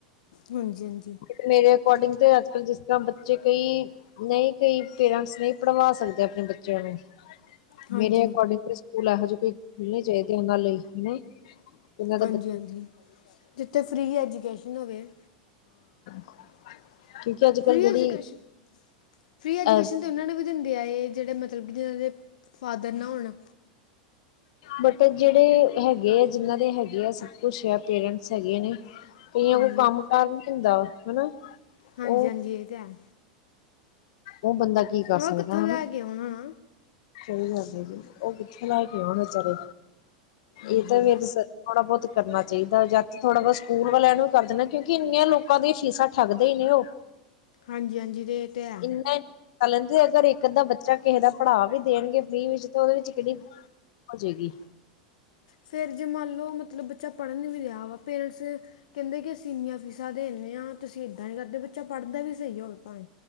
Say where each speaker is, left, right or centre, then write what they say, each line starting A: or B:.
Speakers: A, on the left; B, on the left.
A: ਹਾਂਜੀ ਹਾਂਜੀ
B: ਤੇ ਮੇਰੇ ਅਕੋਰਡਿੰਗ ਤੇ ਅੱਜ-ਕੱਲ ਜਿਸ ਤਾਂ ਬੱਚੇ ਕਈ ਨਹੀਂ ਕਈ ਪੇਰੈਂਟਸ ਨਹੀਂ ਪੜ੍ਹਵਾ ਸਕਦੇ ਅਪਣੇ ਬੱਚਿਆਂ ਨੂੰ।
A: ਹਾਂਜੀ
B: ਮੇਰੇ ਅਕੋਰਡਿੰਗ ਤੇ ਸਕੂਲ ਐਹੋ ਜੇ ਕੋਈ ਖੁੱਲਣੇ ਚਾਈਦੇ ਇਨ੍ਹਾਂ ਲਈ, ਨਈਂ। ਉਨਾਂ ਦਾ
A: ਹਾਂਜੀ
B: ਬੱਚ
A: ਹਾਂਜੀ ਜਿੱਥੇ ਫਰੀ ਐਜੂਕੇਸ਼ਨ ਹੋਵੇ
B: <unintelligible> ਕਿਊਂਕਿ ਅੱਜ-ਕੱਲ
A: ਫ੍ਰੀ
B: ਜੇੜੀ
A: ਐਜੂਕੇਸ਼ਨ ਫ੍ਰੀ ਐਜੂਕੇਸ਼ਨ
B: ਅਹ
A: ਤਾਂ ਉਹਨਾਂ ਨੂੰ ਵੀ ਦਿੰਦੇ ਆਏ ਜੇੜੇ ਮਤਲਬ ਕਿ ਜਿਨਾਂ ਦੇ ਫਾਦਰ ਨਾ ਹੋਣਾ।
B: ਬੱਟੇ ਜੇੜੇ ਹੈਗੇ ਐ, ਜਿਨਾਂ ਦੇ ਹੈਗੇ ਆ ਸਭ ਕੁਛ ਆ ਪੇਰੈਂਟਸ ਹੈਗੇ ਨੇ ਕਈਆਂ
A: ਹਾਂਜੀ
B: ਕੋ ਕੰਮ ਕਾਰ ਨੀ ਹੁੰਦਾ। ਹਨਾ।
A: ਹਾਂਜੀ
B: ਉਹ
A: ਹਾਂਜੀ, ਏਤੇ ਹੈ।
B: ਔ ਬੰਦਾ ਕੀ ਕਰ ਸਕਦਾ,
A: ਉਹ ਕਿੱਥੋਂ ਲੈ
B: ਹਨਾ।
A: ਕੇ ਆਉਣਾ ਨਾ।
B: ਸਹੀ ਗੱਲ ਏ ਜੀ, ਔਹ ਕਿੱਥੇ ਲੈ ਕੇ ਔਣ ਵਿਚਾਰੇ
A: ਹਾਂਜੀ
B: ਏ ਤਾਂ ਫੇਰ ਸ ਥੋੜਾ ਬੌਤ ਕਰਨਾ ਚਾਹੀਦਾ ਜਾਂ ਤੇ ਥੋੜ੍ਹਾ ਬੌਤ ਸਕੂਲ ਵਾਲਿਆਂ ਨੂੰ ਵੀ ਕਰ ਦੇਣਾ ਕਿਉਂਕਿ ਇੰਨੀਆਂ ਲੋਕਾਂ ਦੀਆਂ ਫੀਸਾਂ ਠੱਗਦੇ ਈ ਨੇ ਓਹ।
A: ਹਾਂਜੀ ਹਾਂਜੀ, ਤੇ ਤਾਂ ਹੈ
B: ਇਨ। ਕ ਲੈਂਦੇ ਅਗਰ ਇੱਕ ਅੱਧਾ ਬੱਚਾ ਕਿਸੇ ਦਾ ਪੜ੍ਹਾ ਵੀ ਦੇਣਗੇ ਫ੍ਰਰੀ ਵਿੱਚ ਤਾਂ ਉਹਦੇ ਵਿੱਚ ਕਿਹੜੀ ਹੋ ਜਾਏਗੀ।
A: ਫੇਰ ਜੇ ਮੰਨ ਲਓ ਮਤਲਬ ਬੱਚਾ ਪੜ੍ਹਨ ਨਹੀਂ ਵੀ ਰਿਹਾ ਵਾ ਪੇਰੈਂਟਸ ਕਹਿੰਦੇ ਕਿ ਸੀਨੀਰ ਫੀਸਾਂ ਦਿੰਦੇ ਹਾਂ। ਤੁਸੀਂ ਏਦਾਂ ਨ ਕਰਦੇ ਬੱਚਾ ਪੜ੍ਹਦਾ ਵੀ ਸਹੀ ਹੋਵੇ ਪਾਵੇਂ